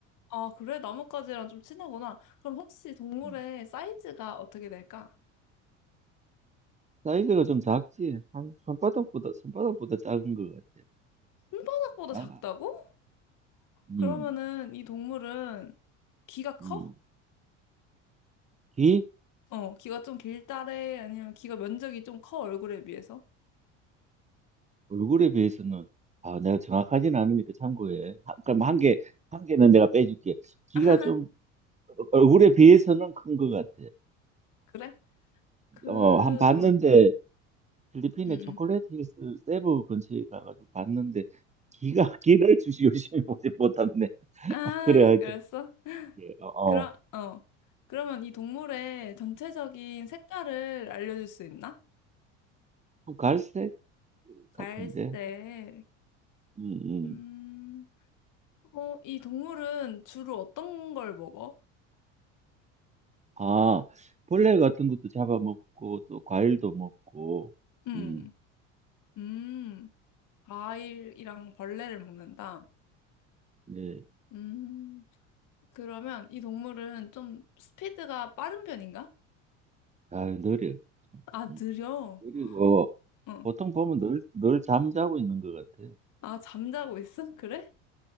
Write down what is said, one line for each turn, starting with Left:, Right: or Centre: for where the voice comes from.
Left: 아, 그래? 나뭇가지랑 좀 친하구나. 그럼 혹시 동물의
Right: 그래.
Left: 사이즈가 어떻게 될까?
Right: 사이즈가 좀 작지? 한 손바닥보다, 손바닥보다 작은 것 같아.
Left: 손바닥보다
Right: 작아.
Left: 작다고?
Right: 음,
Left: 그러면은 이 동물은 귀가 커?
Right: 음. 귀?
Left: 어, 귀가 좀 길다래? 아니면 귀가 면적이 좀 커, 얼굴에 비해서?
Right: 얼굴에 비해서는, 아, 내가 정확하진 않으니까 참고해. 한- 그럼
Left: 응?
Right: 한 개, 한 개는 내가 빼줄게. 귀가
Left: <laughs>
Right: 좀, 어, 얼굴에 비해서는 큰 것 같아.
Left: 그래? 그,
Right: 어, 한 봤는데,
Left: 어,
Right: 필리핀의
Left: 응, 응,
Right: 초콜릿 힐스 세부 근처에 가가지고 봤는데, 귀가, <laughs> 귀를 주시 열심히 보지 못했네. <laughs>
Left: 응. 아,
Right: 그래, 하여튼.
Left: 그랬어?
Right: 예, 어, 어.
Left: 그럼, 어. 그러면 이 동물의 전체적인 색깔을 알려줄 수 있나?
Right: 좀 갈색 같은데?
Left: 갈색.
Right: 음, 음.
Left: 음, 어, 이 동물은 주로 어떤 걸 먹어?
Right: 아, 벌레 같은 것도 잡아먹고, 또 과일도 먹고,
Left: 음,
Right: 음,
Left: 음, 과일이랑 벌레를 먹는다.
Right: 네.
Left: 음, 그러면 이 동물은 좀 스피드가 빠른 편인가?
Right: 아, 느려.
Left: 아,
Right: 음.
Left: 느려.
Right: 그리고
Left: 어.
Right: 보통 보면 늘, 늘 잠자고 있는 것 같아.
Left: 아, 잠자고 있어? 그래?